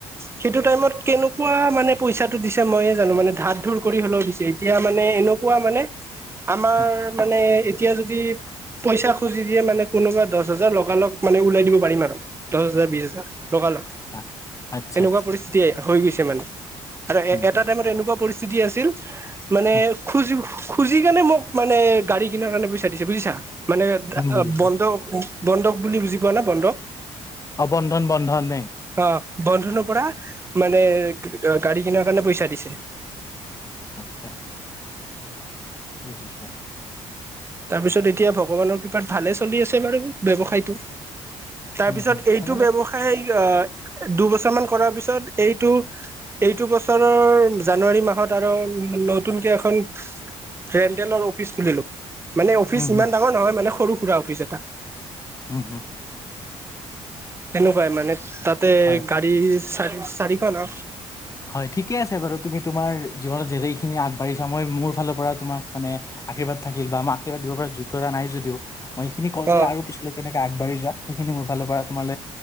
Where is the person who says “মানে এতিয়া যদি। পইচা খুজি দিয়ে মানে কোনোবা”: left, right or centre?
Right